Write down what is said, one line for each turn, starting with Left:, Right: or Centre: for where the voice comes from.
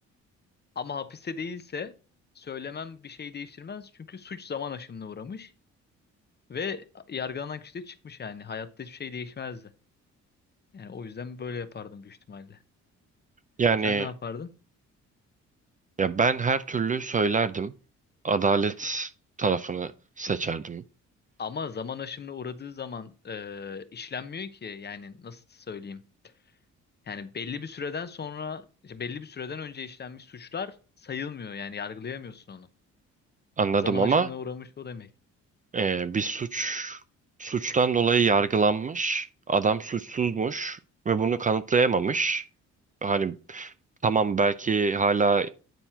Left: Ama hapiste değilse söylemem bir şey değiştirmez çünkü suç zaman aşımına uğramış. Ve yargılanan kişi de çıkmış yani. Hayatta hiçbir şey değişmezdi. Yani o yüzden böyle yapardım büyük ihtimalle.
Right: Yani
Left: Sen ne yapardın?
Right: ya ben her türlü söylerdim. Adalet tarafını seçerdim.
Left: Ama zaman aşımına uğradığı zaman e, işlenmiyor ki. Yani nasıl söyleyeyim? Yani belli bir süreden sonra, işte belli bir süreden önce işlenmiş suçlar sayılmıyor. Yani yargılayamıyorsun onu.
Right: Anladım
Left: Zaman
Right: ama
Left: aşımına uğramış o demek.
Right: Ee, bir suç suçtan dolayı yargılanmış. Adam suçsuzmuş ve bunu kanıtlayamamış. Hani tamam belki hala e,